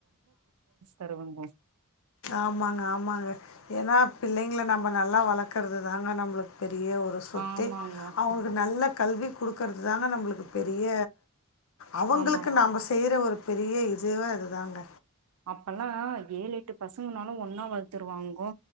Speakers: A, on the right (about 85°); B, on the left (about 60°).
A: தருவேங்கோ
B: ஆமாங்க ஆமாங்க ஏன்னா பிள்ளைங்கள நம்ம நல்லா வளர்க்கறது தாங்க நம் ளுக்கு பெரிய ஒரு சொத்தே
A: ஆமாங்கோ
B: அவங்களுக்கு நல்ல கல்வி குடுக்குறது தாங்க நம்மளுக்கு பெரிய அவங்களுக்கு
A: ஆமாங்கோ
B: நாம செய்யற ஒரு பெரிய இதுவே இதுதாங்க
A: அப்பல்லாம் ஏழு எட்டு பசங்கனாலும் ஒன்னா வளத்துருவாங்கோ